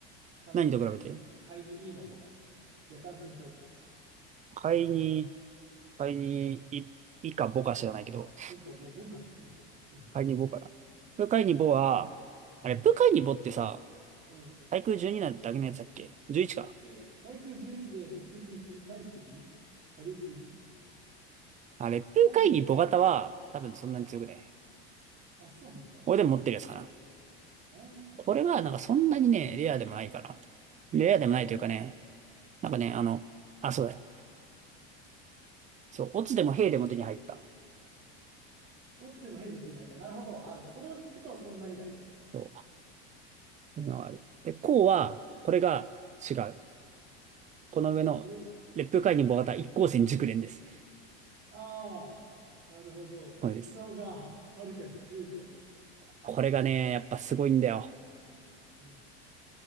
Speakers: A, on the right; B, on the right.
A: 会にいい、
B: 何と比べて
A: 会にいいの方が。夜間戦闘機。
B: 貝に、貝に、い、いかぼか知らないけど、
A: いいか、ぼ、ぼかもしれん。う
B: 貝にぼかな。ブカイにぼは、
A: ん、
B: あれ、
A: うん。
B: ブカイにぼってさ、
A: うん
B: 対空12なだけのやつだっけ ?11 か。
A: で、対空11で索敵1、回避に火力に
B: あれ、ブカイにぼ型は、
A: 半径 5?
B: 多分そんなに強くね。
A: うん。あ、そうなんだ。
B: 俺でも持ってるやつかな。
A: ああ、
B: これは、なんかそんなにね、レアでもないから。レアでもないというかね、
A: なるほど。
B: なんかね、あの、あ、そうだ。そう、オツでもヘイでも手に入った。
A: オツでもヘイでも手に入った。なるほど。あ、じゃあそれを聞くとそんなにだね。
B: そう。今はある。で、こうは、これが違う。この上の、
A: おう、これか。
B: レップイにボ型一光線熟練です。
A: ああ、なるほど。
B: そうです。
A: そっちの方がはるかに強いと。
B: これがね、やっぱすごいんだよ。
A: うん